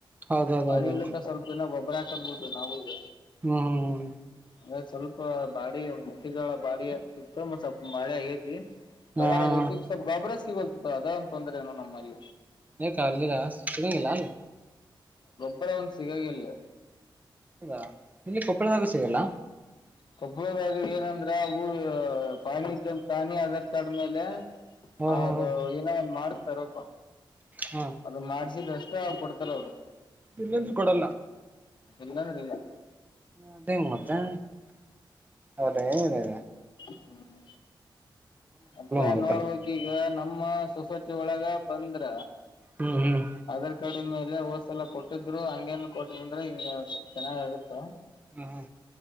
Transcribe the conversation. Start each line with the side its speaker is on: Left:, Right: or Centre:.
Right: ಹೌದೌದೌದೌದು
Left: ಮಳಿ ಇಲಿಕ್ಕ ಸ್ವಲ್ಪ ಇನ್ನ ಗೊಬರ ಹಾಕದಬಿಟ ನಾವು ಈಗ
Right: ಹ್ಮ್ ಹ್ಮ್
Left: ಅಂದ ಸ್ವಲ್ಪ ಬಾಡಿ ಮಟ್ಟಿಗಳ ಬಾಡಿ ಅಂತತ್ತು ಮ ಸ್ವಲ್ಪ ಮಳೆ ಆಗೇತಿ
Right: ಹ್ಮ್
Left: ಸವಾರ
Right: ಹಾ ಹಾ
Left: ಆಗೈತಿ
Right: ಹಾ
Left: ಸಿಗೋಲ್ತದ ಅದಂತ ತೊಂದ್ರೆನು ನಮ್ಮಲ್ಲಿ
Right: ನ ಕಲಿರಾಸಗಗೆಲ್ಲಲ್
Left: ಅರ ಒಂದು ಸಿಗಾಗಿಿಲ್ಲ
Right: ಹೌದಾ ನಿಲ್ಲಿ ಕೊಪ್ಪಳದಾಗ ಸಿಗಲ್ಲ
Left: ಕಪ್ಪಳದಾಗ ಏನಂದ್ರ ಹೂ ಪಾಣಿ ಇದ್ದಂತ ತಾಣಿ ಆಧಾರ್ ಕಾರ್ಡ್ ಮೇಲೆ
Right: ಹೋ
Left: ಹ
Right: ಹೋ
Left: ಅದು
Right: ಹೋ
Left: ಏನೋ ಮಾಡ್ತಾರಪ
Right: ಹಾ
Left: ಅದು ಮಾಡ್ಸಿದಷ್ಟ ಕೊಡ್ತಲ್ಲ ಅವರು
Right: ಇಲ್ಲಂದ್ರೂ ಕೊಡಲ್ಲ
Left: ಎಲ್ಲಾಮರಿಲ್ಲ
Right: ಅದ ಹೆಂಗ ಮತ್ತೆ ಅದೇಿದೆ
Left: ಹ್ಮ ಅತ್ತ
Right: ಆಗುತ್ತಲ್ಲ
Left: ನೋಡ್ಬೇಕಕ್ ಈಗ ನಮ್ಮ ಸೊಸೈಟಿ ಒಳಗ ಬಂದ್ರ
Right: ಹ್ಮ್ ಹ್ಮ್
Left: ಆಧಾರ್ ಕಾರ್ಡಿ ಮೇಲೆ ಇಲ್ಲೇ ಹೋಸ್ ಎಲ್ಲ ಕೊಟ್ಟಿದ್ರು ಹಂಗೇನ್ ಕೊಟ್ಟಿದ್ ಅಂದ್ರೆ ಹಿಂಗ ಸ್ಪ್ ಚೆನ್ನಾಗ ಆಗುತ್ತ
Right: ಹ ಹಾ